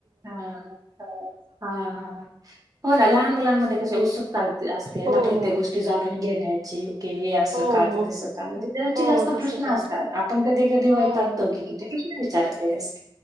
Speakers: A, on the right (about 40°); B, on the right (about 80°).
A: हा हा ह ह हो ना लहान मुलांमध्ये कस उत्सुकता होते ते हे
B: हो
A: ना प्रत्येक
B: हो
A: गोष्टी जाणून घेण्याची हे हे असं
B: हो
A: का ते
B: हो
A: तसं का म्हणजे त्यांचे
B: हो
A: जास्त
B: तसं
A: प्रश्न
B: का
A: असतात आपण कधी कधी
B: हो
A: वैतागतो
B: हो
A: कि किती विचारतेस